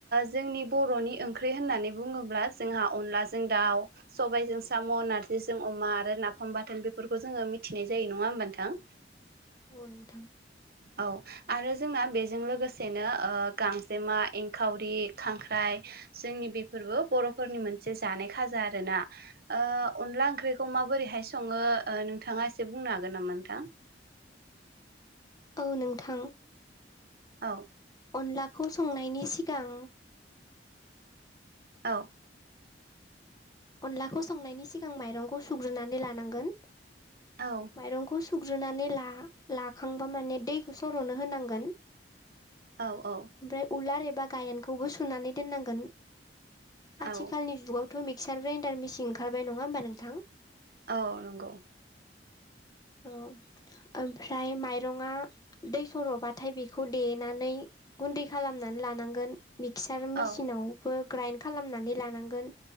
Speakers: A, on the right; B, on the left.
A: जोंनि बर'नि ओंख्रि होननानै बुङोब्ला जोंहा अनलाजों दाउ सबायजों साम' नारजिजों अमा आरो नाफाम बाथोन बेफोरखौ जोङो मिथिनाय जायो नङा होनोमबानोथां
B: औ नोंथां
A: औ आरो जोंना बेजों लोगोसेनो गांजेमा एंखावरि खांख्राइ जोंनि बेफोर बर'फोरनि मोनसे जानाय खाजा आरोना अनला ओंख्रिखौ माबोरैहाय सङो नोंथाङा एसे बुंनो हागोन नामा नोंथां?
B: औ नोंथां
A: औ
B: अनलाखौ संनायनि सिगां
A: औ
B: अनलाखौ संनायनि सिगां माइरंखौ सुग्रोननानै लानांगोन
A: औ
B: माइरंखौ सुग्रोननानै ला लाखांबा माने दैखौ सर'नो होनांगोन।
A: औ औ
B: ओमफ्राय उलार एबा गायेनखौबो सुनानै दोननांगोन। आथिखालनि
A: औ
B: जुगावथ' मिक्सार ग्राइन्डार मिसिन ओंखारबाय नङा होमबा नोंथां।
A: औ नंगौ
B: औ ओमफ्राय माइरंङा दै सर'बाथाय बेखौ देनानै गुन्दै खालामनानै लानांगोन मिक्सार
A: औ
B: मेसिनावबो ग्राइन्ड खालामनानै लानांगोन